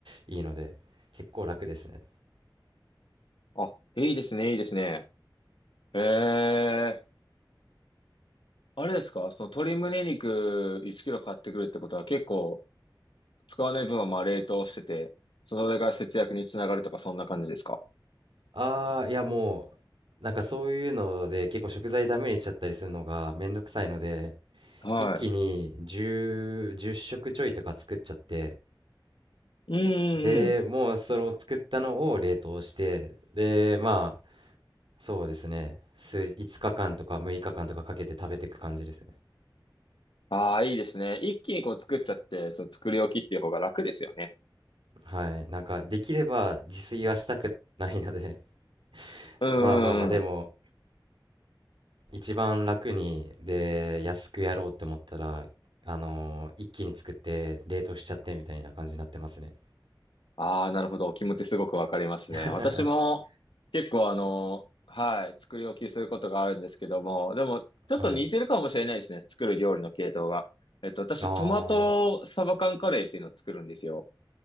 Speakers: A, on the right; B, on the left.
A: いいので、結構楽ですね。
B: あ、いいですね、いいですね。ええ、あれですかその鶏胸肉1キロ買ってくるってことは結構、使わない分はまあ冷凍してて、それが節約につながるとか、そんな感じですか
A: ああ、いやもう、なんかそういうので結構食材ダメにしちゃったりするのがめんどくさいので、
B: はい。
A: 一気に10、じゅっ食ちょいとか作っちゃって、
B: うん、
A: で、
B: うん、
A: もうその作ったのを冷凍して、で、まあ、そうですね、数、5日間とか6日間とかかけて食べていく感じですね。
B: ああ、いいですね。一気にこう作っちゃって、そう、作り置きっていう方が楽ですよね。
A: はい。なんかできれば自炊はしたくないので、<laughs>
B: うんうんうん。
A: まあまあまあ、でも、一番楽にで安くやろうって思ったらあのー一気に作って冷凍しちゃってみたいな感じになってますね
B: ああ、なるほど。お気持ちすごくわかりますね。
A: <laughs>
B: 私も結構あの、はい、作り置きすることがあるんですけども、でも、ちょっと似てるかもしれないですね。
A: はい
B: 作る料理の系統が。えっと、私、
A: あ
B: トマトサバ缶カレーっていうのを作るんですよ。
A: ー